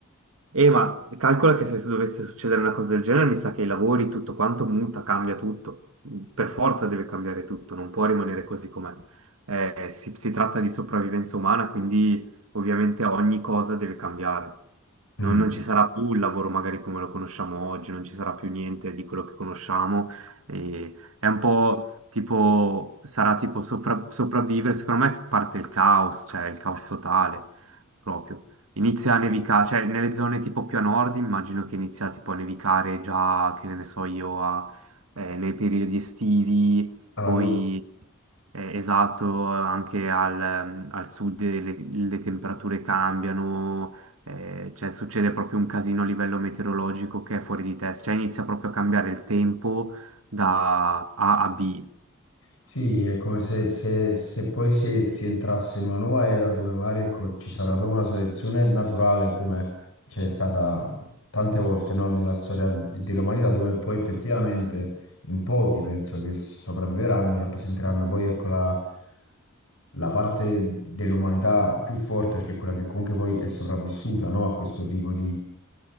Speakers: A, on the right; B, on the left.
A: E ma calcola che se dovesse succedere una cosa del genere, mi sa che i lavori, tutto quanto muta, cambia tutto. Per forza deve cambiare tutto, non può rimanere così com'è. Eh, si, si tratta di sopravvivenza umana, quindi ovviamente ogni cosa deve cambiare.
B: Mm.
A: Non, non ci sarà più il lavoro magari come lo conosciamo oggi, non ci sarà più niente di quello che conosciamo. E è un po' tipo, sarà tipo sopra- sopravvivere. Secondo me parte il caos, cioè il caos totale proprio. Inizia a nevicare, cioè nelle zone tipo più a nord immagino che inizia tipo a nevicare già, che ne so io, a- eh, nei periodi estivi,
B: Allora,
A: poi eh, esatto, anche al, ehm, al sud le, le temperature cambiano, eh, cioè succede proprio un casino a livello meteorologico che è fuori di testa, cioè inizia proprio a cambiare il tempo da A a B.
B: Sì, è come se, se- se poi si, si entrasse in una nuova era dove magari ecco, ci sarà proprio una selezione naturale come c'è stata tante volte no, nella storia de- dell'umanità dove poi effettivamente in pochi penso che sopravviveranno e rappresenteranno poi ecco, la, la parte dell'umanità più forte perché è quella che comunque poi è sopravvissuta no, a questo tipo